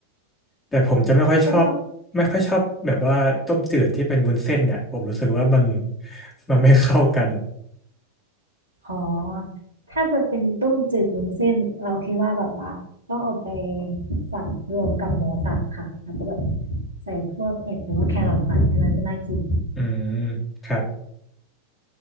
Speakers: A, on the left; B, on the right.
A: แต่ผมจะไม่ค่อยชอบ
B: ก็ชอบ
A: ไม่ค่อยชอบแบบว่าต้มจืดที่เป็นวุ้นเส้นเนี่ยผมรู้สึกว่ามันมันไม่เข้ากัน
B: อ๋อถ้าจะเป็นต้มจืดวุ้นเส้นเราคิดว่าแบบว่าต้องเอาไปสับรวมกับหมูสับค่ะแล้วก็แบบใส่พวกเห็ดหรือว่าแครอทหน่อยอันนั้นจะน่ากิน
A: อืมครับ